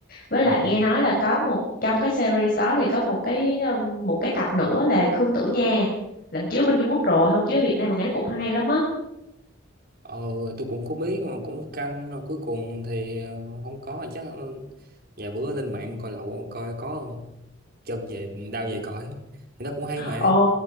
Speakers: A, on the left; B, on the right.
A: Với
B: Ừ.
A: lại nghe nói là có một trong cái series đó thì có một cái um, một cái tập nữa là Khương Tử Nha là chiếu bên Trung Quốc rồi, không chiếu ở Việt Nam mà nghe nó cũng hay lắm á.
B: ờ tôi cũng không biết mà cũng canh rồi cuối cùng thì ờ, không có chắc ừ, vài bữa lên mạng coi lậu coi có không chôm về đau về cõi thì nó cũng hay mà
A: Ồ,